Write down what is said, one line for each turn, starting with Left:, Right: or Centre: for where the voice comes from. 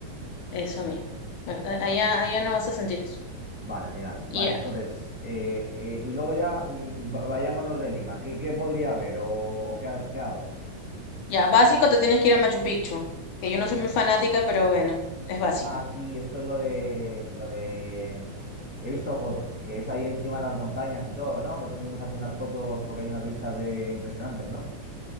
Left: eso mismo. A-
Centre: Vale,
Left: a- Allá, allá no vas a sentir eso.
Centre: vale, genial. Y
Left: Y
Centre: vale,
Left: Ya,
Centre: entonces, eh, eh, y luego ya mm, va- vayámonos de Lima. ¿Qué, qué podría haber o, o qué, ha- qué hago?
Left: ya, básico te tienes que ir a Machu Picchu, que yo
Centre: Sí.
Left: no soy muy fanática, pero bueno, es básico.
Centre: Ah, sí, esto es lo de, lo de... He visto fotos, que es ahí encima de las montañas y todo, ¿no? Que todo el mundo se hace unas fotos porque hay unas vistas de impresionantes, ¿no?